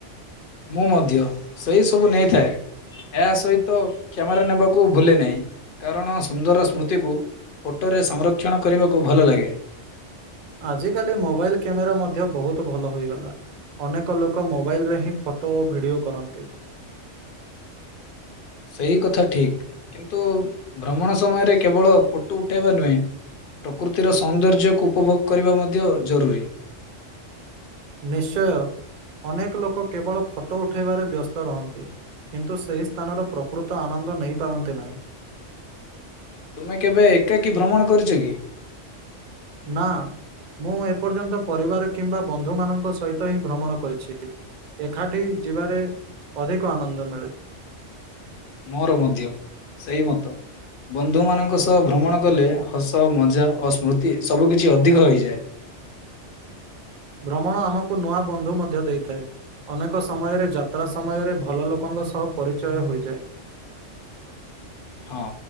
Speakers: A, on the left (about 55°); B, on the right (about 45°).
A: ମୁଁ ମଧ୍ୟ ସେଇ ସବୁ ନେଇଥାଏ। ଏହା ସହିତ କ୍ୟାମେରା ନେବାକୁ ଭୁଲେ ନାହିଁ କାରଣ ସୁନ୍ଦର ସ୍ମୃତିକୁ। ଫୋଟୋରେ ସଂରକ୍ଷଣ କରିବାକୁ ଭଲ ଲାଗେ।
B: ଆଜିକାଲି ମୋବାଇଲ କ୍ୟାମେରା ମଧ୍ୟ ବହୁତ ଭଲ ହୋଇଗଲା। ଅନେକ ଲୋକ ମୋବାଇଲରେ ହିଁ ଫଟୋ ଓ ଭିଡ଼ିଓ କରନ୍ତି।
A: ସେଇ କଥା ଠିକ୍ କିନ୍ତୁ ଭ୍ରମଣ ସମୟରେ କେବଳ ଫଟୋ ଉଠେଇବା ନୁହେଁ। ପ୍ରକୃତିର ସୌନ୍ଦର୍ଯ୍ୟକୁ ଉପଭୋଗ କରିବା ମଧ୍ୟ ଜରୁରୀ।
B: ନିଶ୍ଚୟ ଅନେକ ଲୋକ କେବଳ ଫଟୋ ଉଠାଇବାରେ ବ୍ୟସ୍ତ ରହନ୍ତି। କିନ୍ତୁ ସେହି ସ୍ଥାନର ପ୍ରକୃତ ଆନନ୍ଦ ନେଇ ପାରନ୍ତି ନାହିଁ।
A: ତୁମେ କେବେ ଏକାକୀ ଭ୍ରମଣ କରିଛ କି?
B: ନା ମୁଁ ଏପର୍ଯ୍ୟନ୍ତ ପରିବାର କିମ୍ବା ବନ୍ଧୁ ମାନଙ୍କ ସହିତ ହିଁ। ଭ୍ରମଣ କରିଛି। ଏକାଠି ଯିବାରେ ଅଧିକ ଆନନ୍ଦ ମିଳେ।
A: ମୋର ମଧ୍ୟ ସେଇ ମତ। ବନ୍ଧୁମାନଙ୍କ ସହ ଭ୍ରମଣ କଲେ ହସ ମଜା ଓ ସ୍ମୃତି ସବୁ କିିଛି ଅଧିକ ହେଇଯାଏ।
B: ଭ୍ରମଣ ଆମକୁ ନୂଆ ବନ୍ଧୁ ମଧ୍ୟ ଦେଇଥାଏ। ଅନେକ ସମୟରେ ଯାତ୍ରା ସମୟରେ ଭଲ ଲୋକଙ୍କ ସହ ପରିଚୟ ହୋଇଯାଏ।
A: ହଁ